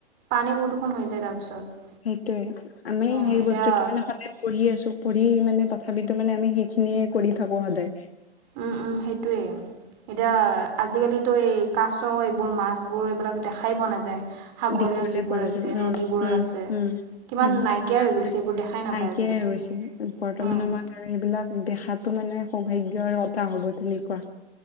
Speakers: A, on the right; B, on the left.
A: পানী প্ৰদূষণ হৈ যায় তাৰপিছত।
B: সেইটোয়ে আমি
A: অঁ
B: সেই
A: এতিয়া
B: বস্তুতটো মানে সদায় পঢ়ি আছো। পঢ়ি মানে, তথাপিতো মানে আমি সেইখিনিয়ে কৰি থাকো সদায়।
A: উ, উ, সেইটোৱে। এতিয়া আজি, কালিতো এই কাছ এইবোৰ মাছবোৰ এইবিলাক দেখাই পোৱা নাযায়। সাগৰীয়
B: দেখিবলৈ
A: যিবোৰ
B: পোৱা নাযায়।
A: আছে
B: উম,
A: নদীবোৰৰ
B: উম,
A: আছে কিমান
B: উম। <unintelligible>
A: নাইকিয়া হৈ গৈছে এইবোৰ দেখাই নাপায়
B: নাইকিয়াইৈ
A: আজিকালি
B: হৈছে, বৰ্তমান
A: উম
B: সময়ত আৰু এইবিলাক দেখাতো মানে সৌভাগ্যয়ৰ কথা হ'ব তেনেকুৱা।